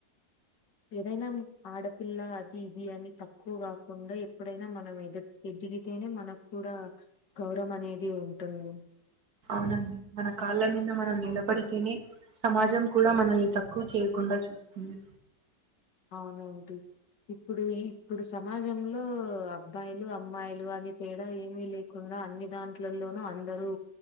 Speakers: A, on the left (about 75°); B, on the right (about 55°).
A: ఏదైనా ఆడపిల్ల అది ఇది అని తక్కువ కాకుండా ఎప్పుడైనా మనం ఎద ఎదిగి తేనే మనకు కూడా గౌరం అనేది ఉంటుంది
B: మనం మన కాళ్ళ మీద మనం నిలబడితేనే సమాజం కూడా మననీ తక్కువ చేయకుండా చూస్తుంది
A: అవునంటి ఇప్పుడు ఇప్పుడు సమాజంలో అబ్బాయిలు అమ్మాయిలు అని తేడా ఏమీ లేకుం డా అన్ని దాంట్లలోనూ అందరూ